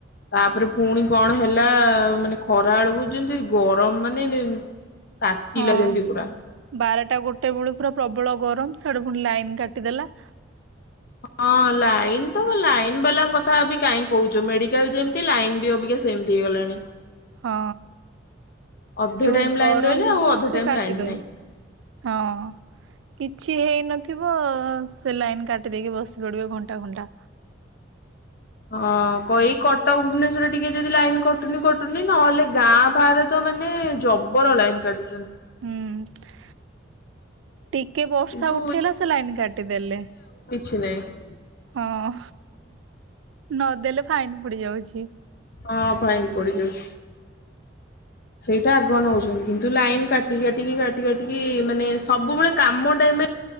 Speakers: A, on the left; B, on the right.
A: ତାପରେ ପୁଣି କଣ ହେଲା। ମାନେ ଖରା ବେଳକୁ ଯେମିତି ଗରମ ମାନେ ଏ
B: <inaudible>
A: ତାତିିଲା
B: ହଁ।
A: ଯେମିତି ପୁରା।
B: ବାରଟା ଗୋଟେ ବେଳୁ ପୁରା ପ୍ରବଳ ଗରମ, ସିଆଡୁ ପୁଣି ଲାଇନ କାଟିଦେଲା।
A: ହଁ ଲାଇନ୍ ତ ଲାଇନ୍ ବାଲା କଥା ବି କାହିଁ କହୁଛ? ମେଡିକାଲ ଯେମତି ଲାଇନ୍ ବି ଅବିକା ସେମି ସେମିତି ହେଇଗଲାଣି।
B: ହଁ
A: ଅଧେ
B: ଯୋଉ
A: ଟାଇମ ଲାଇନ
B: ଗରମକୁ
A: ରହିଲେ ଆଉ ଅଧେ
B: ସେ
A: ଟାଇମ
B: କାଟି
A: ଲାଇନ
B: ଦଉ
A: ନାହିଁ।
B: ହଁ ଅ। କିଛି ହେଇନଥିବ, ସେ ଲାଇନ୍ କାଟି ଦେଇକି ବସି ପଡ଼ିବେ ଘଣ୍ଟା ଘଣ୍ଟା।
A: ହଁ କହି କଟକ ଭୁବନେଶ୍ୱରରେ ଟିକେ ଯଦି ଲାଇନ କଟୁନି, କଟୁନି, ନହେଲେ ଗାଁ ପା ରେ ତ ମାନେ ଜବର ଲାଇନ କାଟୁଛନ୍ତି।
B: ହୁଁ ଉ। ଟିକେ ବର୍ଷା
A: କିନ୍ତୁ
B: ଉଠେଇଲା ସେ ଲାଇନ୍ କାଟିଦେଲେ।
A: ଛି ନାଇଁ।
B: ହଁ ନଦେଲେ ଫାଇନ୍ ପଡି ଯାଉଛି।
A: ହଁ ଫାଇନ୍ ପଡି ଯାଉଛି।
B: <inaudible>
A: ସେଇଟା ଆଗୁଆ ନେଉଚନ୍ତି, କିନ୍ତୁ ଲାଇନ୍ କାଟି କାଟିକି କାଟି କାଟିକି ମାନେ ସବୁବେଳେ କାମ ଟାଇମରେ